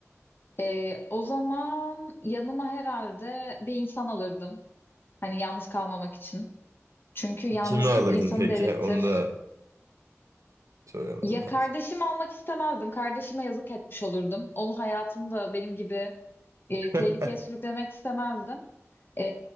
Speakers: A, on the left; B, on the right.
A: Ee, o zaman yanıma herhalde bir insan alırdım. Hani yalnız kalmamak için. Çünkü yalnızlık
B: Kimi alırdın
A: insanı
B: peki?
A: delirtir.
B: Onu da söylemen
A: Ya
B: lazım.
A: kardeşim almak istemezdim. Kardeşime yazık etmiş olurdum. Onun hayatını da benim gibi e, tehlikeye
B: <laughs>
A: sürüklemek istemezdim. E,